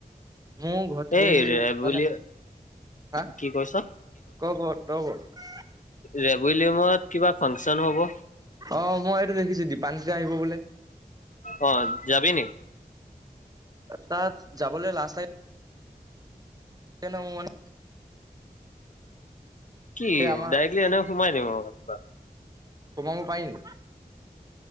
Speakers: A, on the right; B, on the left.
A: মোৰ ঘৰত থাকি
B: এই
A: থাকি
B: ৰেবুলি
A: মানে হা
B: কি কৈছ
A: তয় ক'ত তয় ক'ত।
B: ৰেভেল ইয়িমাত কিবা ফাংচন হ'ব।
A: অ', মই এইটো দেখিছোঁ দিপানিত্না আহিব বোলে।
B: অ যাবি নি?
A: তাত যাবলৈ লাজ লাই যে <unintelligible> মানে
B: কি
A: এই আমাৰ
B: ডাইৰেক্টলি এনে সোমাই দিম একবাৰ
A: সোমাব পাৰি।